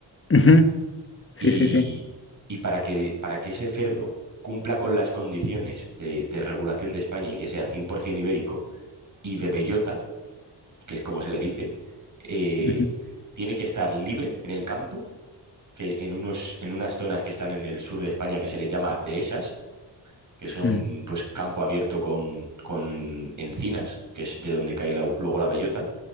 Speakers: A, on the left; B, on the right.
A: Ujú, Sí,
B: Y,
A: sí, sí.
B: y para que, para que ese cerdo cumpla con las condiciones de, de regulación de España y que sea 100% ibérico y de bellota, que es como se le dice, eh,
A: Ujú,
B: tiene que estar libre en el campo, que en unos, en unas zonas que están en el sur de España que se les llama dehesas, que
A: ujú,
B: son pues campo abierto con, con encinas, que es de donde cae la- luego la bellota,